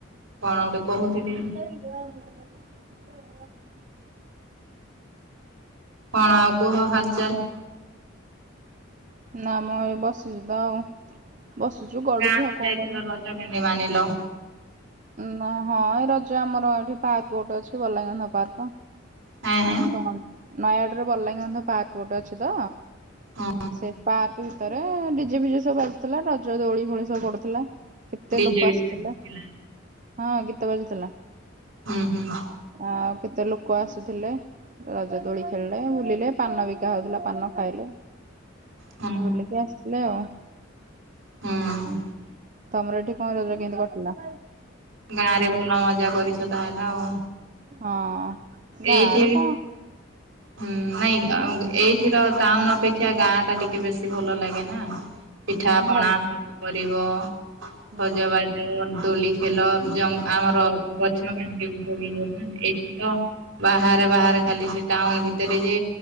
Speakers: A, on the right; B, on the right.
A: କଣ ଗୋଟେ କହୁଥିଲି
B: <inaudible>
A: କଣ ଆଉ କୁହ ହାଲଚଲ?
B: ନା ମୁଁ ଏ ବସିଛି ତ ଆଉ ବସୁଛୁ ଗଡୁଛି
A: ଗାଁକୁ
B: ଆଉ
A: ଯାଇଥିଲ
B: କଣ କର
A: ରଜ କେମିତି ମାନିଲ?
B: ନ ହଁ ଏଇ ରଜ ଆମର ଏଠି ପାର୍କ ଗୋଟେ ଅଛି <unintelligible> ପାର୍କ
A: ହେଁ ହେଁ
B: ଆମ ନୟାଗଡରେ ବଲାଙ୍ଗୀଗନ୍ଧ ପାର୍କ ଗୋଟେ ଅଛି ତ
A: ହଁ
B: ସେ ପାର୍କ ବି ଭିତରେ ଡିଜେ ଫିଜେ ସବୁ ବାଜୁଥିଲା, ରଜ ଦୋଳି ଫୋଳି ସବୁ ପଡୁଥିଲା, କେତେ
A: ଡିଜେ
B: ଲୋକ ଆସିଥିଲେ।
A: ଥିଲା।
B: ହଁ ଗୀତ ବାଜୁଥିଲା।
A: ହୁଁ ହୁଁ।
B: ଆଉ କେତେ ଲୋକ ଆସୁଥିଲେ। ରଜ ଦୋଳି ଖେଳିଲେ ବୁଲିଲେ ପାନ ବିକା ହଉଥିଲା ପାନ ଖାଇଲେ।
A: ହୁଁ
B: ବୁଲିକି ଆସିଲେ ଆଉ।
A: ହୁଁ।
B: ତମର ଏଠି କଣ ରଜ କେମିତି କଟିଲା?
A: ଗାଁ ରେ ଭଲ ମଜା କରିଛ ତା ହେଲେ ଆଉ।
B: ହଁ। ଗାଁରେ
A: ଏଇଠି ବି
B: କଣ
A: ହୁଁ ନାଇଁ ଏଇଠି ର ଟାଉନ ଅପେକ୍ଷା ଗାଁ ଟା ଟିକେ ବେଶୀ ଭଲ ଲାଗେ ନା? ପିଠା ପଣା
B: ଭଲ
A: ସବୁ କରିବ,
B: ହୁଁ।
A: ସଜବାଜ, ଦୋଳି ଖେଲ ଜଙ୍ଗ ଆମର ଗଛ ମାନକ ଦୋଳି ହୁଏନା
B: ହୁଁ
A: ଏଇଠି ତ। ବାହାରେ ବାହାରେ ଖାଲି ସେ ଟାଉନ ଭିତରେ ଯେ